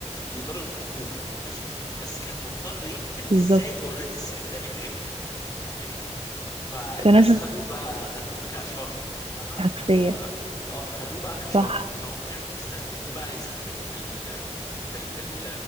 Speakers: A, on the left (about 30°); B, on the right (about 55°).
A: يقدروا يفكوها ماشي بس كان مضطر يكتب
B: بالظبط
A: ازاي اوريدي السحر ده بيتعمل فاهماني فالناس
B: فناس
A: خدوه بقى خدوه كشر فاهمة
B: عكسية
A: خدوه بقى اه خدوه بقى كشر
B: صح
A: انهم يعملوا يستخدموه بقى يستخدموه في ال في ال في ال